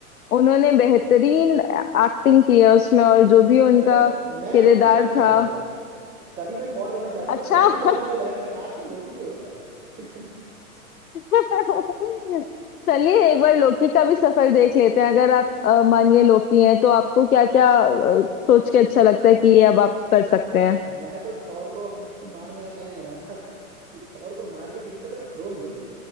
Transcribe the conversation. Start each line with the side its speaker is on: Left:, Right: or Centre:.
Left: उन्होंने बेहतरीन एक्टिंग की है उसमें और जो भी उनका
Right: मतलब मैं
Left: किरदार
Right: लोकी बनना चाह
Left: था
Right: रहा हूँ अब कभी मैं थॉर बनना चाहता
Left: अच्छा
Right: था पहली
Left: <laughs>
Right: बार मुझे लगा कि काश मैं लोकी भी होता यार <laughs>
Left: <laughs> चलिए एक बार लोकी का भी सफर देख लेते हैं अगर आप अ, मानिए लोकी हैं तो आपको क्या क्या सोच के अच्छा लगता है कि ये अब आप कर सकते हैं
Right: मैं तो थॉर को मारने का प्लान बनाता कि थॉर को मार के किसी तरह थ्रोन ले लूं।